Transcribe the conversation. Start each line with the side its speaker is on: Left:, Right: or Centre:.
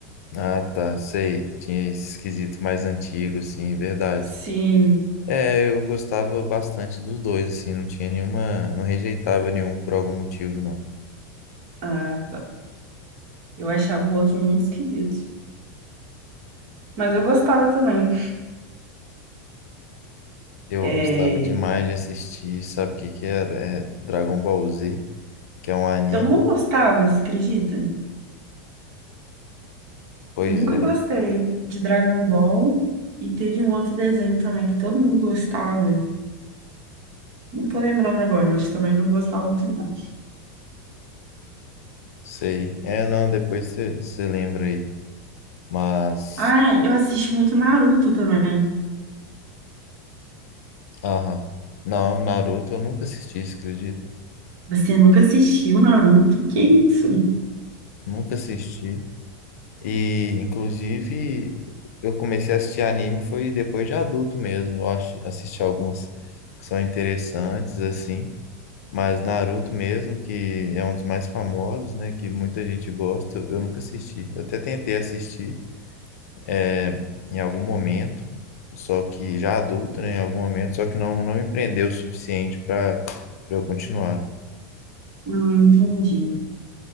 Left: Ah, tá, sei. Tinha esse esquisito mais antigo, sim, verdade.
Right: Sim,
Left: É, eu gostava bastante dos dois, assim, não tinha nenhuma, não rejeitava nenhum por algum motivo, não.
Right: ah, eu achava o outro muito esquisito. Mas eu gostava também.
Left: Eu
Right: É,
Left: gostava demais de assistir, sabe o que que era? É Dragon Ball Z, que é um anime.
Right: Eu não gostava, você acredita?
Left: Pois
Right: Nunca
Left: é,
Right: gostei de Dragon Ball. E teve um outro desenho também que todo mundo gostava. Não tô lembrando agora, mas também não gostava muito. não.
Left: sei. É, não, depois você lembra aí. Mas,
Right: Ah, eu assisti muito Naruto também.
Left: aham. Não, Naruto eu nunca assisti, você acredita?
Right: Você nunca assistiu Naruto? Que isso?
Left: Nunca assisti. E, inclusive, eu comecei a assistir anime foi depois de adulto mesmo. Eu acho- assisti alguns que são interessantes, assim. Mas Naruto mesmo, que é um dos mais famosos, né? Que muita gente gosta, eu nunca assisti. Eu até tentei assistir eh, em algum momento, só que já adulto, né? Em algum momento, só que não, não me prendeu o suficiente para para eu continuar.
Right: Não, não entendi.